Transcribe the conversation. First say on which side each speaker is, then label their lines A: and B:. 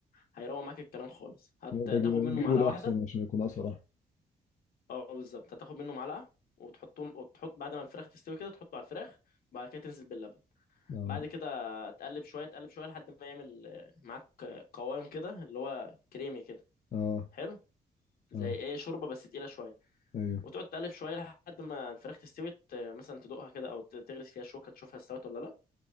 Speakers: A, on the left; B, on the left.
A: هيروق معاك الكلام خالص هتاخد
B: لا ده ج-
A: منه
B: جيبه
A: معلقه
B: ده
A: واحده
B: احسن عشان يكون اسرع
A: اه بالظبط هتاخد منه معلقه وتحطهم وتحط بعد ما الفراخ تستوي كده تحطه على الفراخ وبعد كده تنزل باللبن
B: اه
A: بعد كده تقلب شويه تقلب شويه لحد ما يعمل آه، معاك آه، قوام كده اللي هو كريمي كده
B: اه
A: حلو زي
B: اه
A: ايه شوربه بس تقيله شويه
B: ايوه
A: وتقعد تقلب شويه لحد ما الفراخ تستوي ت- مثلا تدوقها كده او ت- تغرس فيها شوكه تشوفها استوت ولا لا